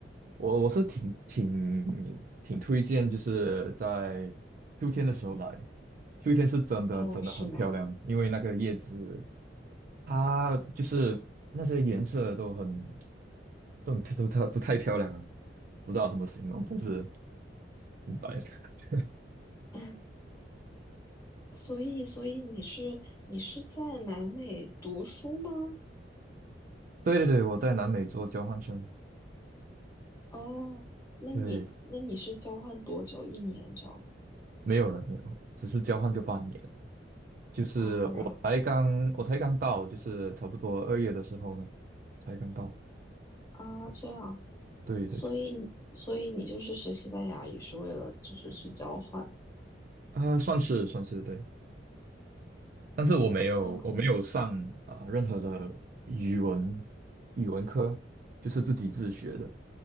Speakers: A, on the right; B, on the left.
A: 我我是挺挺挺推荐，就是在秋天的时候来，秋天是真的真的很漂亮，
B: 哦，是吗？
A: 因为那个叶子它就是那些颜色都很都很都它都太漂亮了，不知道怎么形容，但是明白了 <laughs>
B: <laughs> 所以所以你是你是在南美读书吗？
A: 对对对，我在南美做交换生，
B: 哦，那你那你是交换多久？
A: 对，
B: 一年这样子
A: 没有了没有，只是交换个半年，就是我才刚我才刚到，
B: 啊？然后
A: 就是差不多二月的时候呢，才刚到，
B: 啊这样，
A: 对对对，
B: 所以你所以你就是学西班牙语是为了就是去交换？
A: 啊、算是算是对。但是我没有，
B: 哦
A: 我没有上啊、呃任何的语文语文科，就是自己自学的。